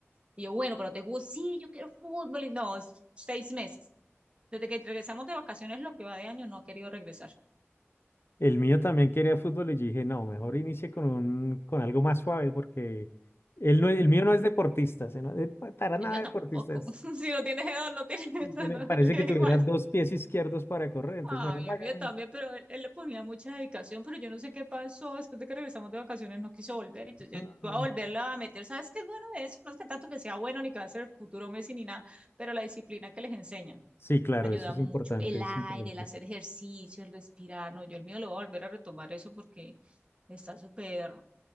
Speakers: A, on the right (about 25°); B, on the left (about 60°).
A: Y yo, bueno, pero te juro, sí, yo quiero fútbol. Y no, s- seis meses. Desde que regresamos de vacaciones, lo que va de año, no ha querido regresar.
B: El mío también quería fútbol y yo dije, no, mejor inicie con un, con algo más suave porque él no, el
A: Mm.
B: mío no es deportista, se no- eh, pa- para nada
A: Yo
B: deportista.
A: tampoco.
B: es-
A: <laughs> Si no tienes edad, no tienes eso,
B: tiene-
A: no,
B: parece
A: <laughs> yo
B: que
A: igual.
B: tuviera dos pies izquierdos para correr, entonces
A: Ay,
B: mejor vaya.
A: el mío también, pero él, él le ponía mucha dedicación, pero yo no sé qué pasó. Después de que regresamos de vacaciones no quiso volver, entonces
B: Ujú.
A: yo voy a volverla a meter. ¿Sabes qué es bueno de eso? No es que tanto que sea bueno ni que va a ser el futuro Messi ni nada, pero la disciplina que les enseñan
B: Sí, claro,
A: ayuda
B: eso es
A: mucho.
B: importante,
A: El
B: es
A: aire,
B: importante.
A: el hacer ejercicio, el respirar. No, yo el mío lo voy a volver a retomar eso porque está súper,